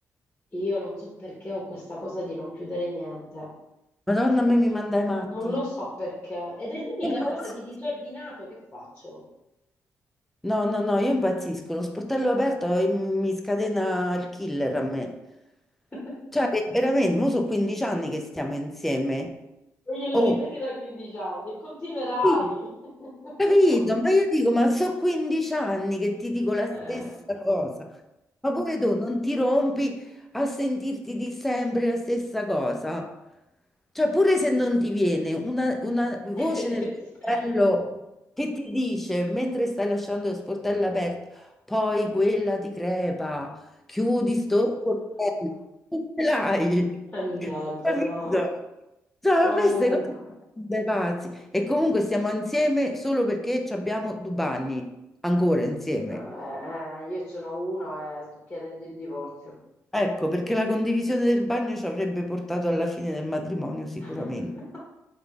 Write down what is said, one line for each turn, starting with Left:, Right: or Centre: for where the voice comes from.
Left: io non so perché ho questa cosa di non chiudere niente,
Centre: Madonna, a me mi manda i matti.
Left: non lo
Centre: Io
Left: so perché, ed è l'unica
Centre: impazzisco.
Left: cosa di disordinato che faccio.
Centre: No, no, no, io impazzisco. Lo sportello aperto eh, mi scatena il killer a me.
Left: <laughs>
Centre: Cioè, veramente, mo sono 15 anni che stiamo insieme.
Left: E Glielo
Centre: Oh,
Left: ripeti da 15 anni e continuerai.
Centre: Sì,
Left: <laughs>
Centre: capito? Ma io dico, ma so 15 anni che ti dico la stessa
Left: Eh.
Centre: cosa, ma pure tu non ti rompi a sentirti di sempre la stessa cosa. Cioè, pure se non ti viene una, una voce
Left: <laughs>
Centre: nel tuo cervello che ti dice, mentre stai lasciando lo sportello aperto, poi quella ti crepa, chiudi sto sportello, non ce l'hai,
Left: Mannaggia,
Centre: <laughs> capito?
Left: no.
Centre: Cioè, a
Left: Comunque,
Centre: me queste cose mi fanno dai pazzi. E comunque stiamo insieme solo perché ci abbiamo due bagni, ancora insieme.
Left: eh, eh, io ce n'ho uno e sto chiedendo il divorzio.
Centre: Ecco, perché la condivisione del bagno ci avrebbe portato alla fine del matrimonio sicuramente.
Left: <laughs>